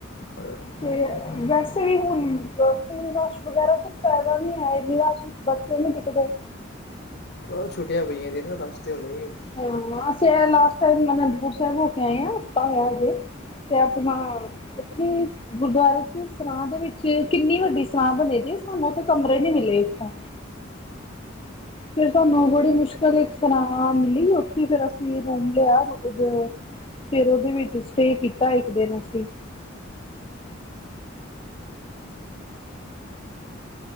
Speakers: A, on the left (about 55°); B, on the left (about 25°).
A: ਹ
B: ਤੇ ਵੈਸੇ ਵੀ ਹੁਨ <unintelligible> ਫ ਰਸ਼ ਵਗੈਰਾ ਫਿਰ ਫਾਇਦਾ ਨੀ ਹੈ ਇਹਦੀ ਰਸ਼ ਬੱਚੇ ਨੀ ਟਿਕਦੇ
A: ਉਹ ਛੁੱਟੀਆਂ ਪਈਆਂ ਸੀ ਨਾ ਰਸ਼ ਤੇ ਹੋਨਾ ਈ।
B: ਹਾਂ ਅਸੀਂ ਇਹ ਲਾਸਟ ਟਾਇਮ ਅਨੰਦਪੁਰ ਸਾਹਿਬ ਹੋ ਕੇ ਆਏ ਆ ਹਫਤਾ ਹੋਇਆ ਅਜੇ। ਤੇ ਅਪਨਾ ਉੱਥੇ ਗੁਰਦੁਆਰੇ ਚ ਸਰਾਂ ਦੇ ਵਿੱਚ ਕਿੰਨੀ ਵੱਡੀ ਸਰਾਂ ਬਨੀ ਦੀ ਸਾਨੂੰ ਉਥੇ ਕਮਰੇ ਨੀ ਮਿਲੇ ਇਥੋਂ ਫਿਰ ਸਾਨੂੰ ਬੜੀ ਮੁਸ਼ਕਲ ਇੱਕ ਤਰ੍ਹਾਂ ਮਿਲੀ ਉੱਥੇ ਫਿਰ ਅਸੀਂ ਰੂਮ ਲਿਆ ਮਤਲਬ। ਫੇਰ ਉਹਦੇ ਵਿੱਚ ਸਟੇ ਕੀਤਾ ਇੱਕ ਦਿਨ ਅਸੀਂ।